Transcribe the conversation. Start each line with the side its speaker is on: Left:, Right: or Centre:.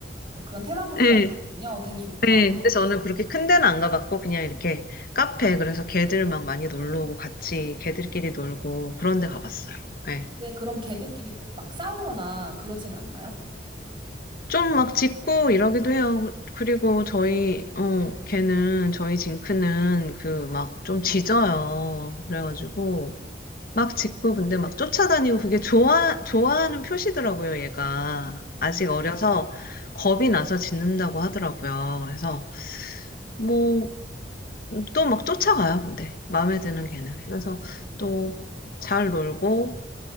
Right: 뭐 그런 테마파크
Left: 네,
Right: 같군요. 되게 좋다.
Left: 네, 근데 저는 그렇게 큰 데는 안 가봤고, 그냥 이렇게 카페, 그래서 걔들 막 많이 놀러 오고, 같이 걔들끼리 놀고, 그런 데 가봤어요. 네.
Right: 근데 그럼 걔들끼리 막 싸우거나 그러진 않나요?
Left: 좀 막 짖고 이러기도 해요. 그리고 저희, 어, 걔는, 저희 징크는 그 막 좀 짖어요. 그래가지고, 막 짖고, 근데 막 쫓아다니고, 그게 좋아, 좋아하는 표시더라고요, 얘가.
Right: 음,
Left: 아직 어려서 겁이 나서 짖는다고 하더라고요. 그래서, 뭐, 또 막 쫓아가요, 근데. 마음에 드는 걔는. 그래서
Right: 음.
Left: 또 잘 놀고,